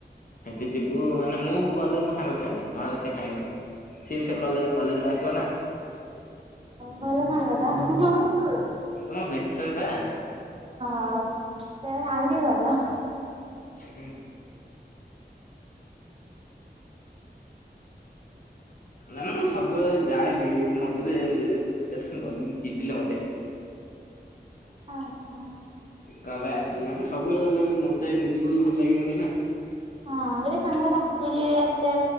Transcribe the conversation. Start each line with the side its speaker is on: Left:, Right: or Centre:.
Left: ସେଠି ଯିବୁ ମାନେ ମୁଁ ଗଲେ ମୋ ସାଙ୍ଗ ଖାଇବ, ନହେଲେ ସିଏ ଖାଇବନି। ସିଏ ବି ସେ କଲେ କଲେଜରୁ ଆସିବ ନା।
Right: ଭଲ ସାଙ୍ଗ ତାହେଲେ। ହୁଁ ହୁଁ ହୁଁ।
Left: ମୋ ବେଷ୍ଟ ଫ୍ରେଣ୍ଡ ବା।
Right: ହଉ, ତାମାନେ ଆହୁରି ଭଲ।
Left: ହ ହଁ ନାଁ ନାଁ ମୁଁ ସବୁବେଳେ ଯାଏନି, ମଝିରେ ଦି ଚାରି ଦିନ ଗଲିନି ଚିଡିଲେ ମତେ।
Right: ହଁ ହଁ।
Left: କ ପାଇଁ ଆସିଲୁନି? ସବୁବେଳେ ଗଲେ ମତେ ନିଜକୁ ବି ଭଲ ଲାଗିବନି ନା।
Right: ହଁ ଗୋଟେ ସାଙ୍ଗ ଡାକୁଛି ଏତେ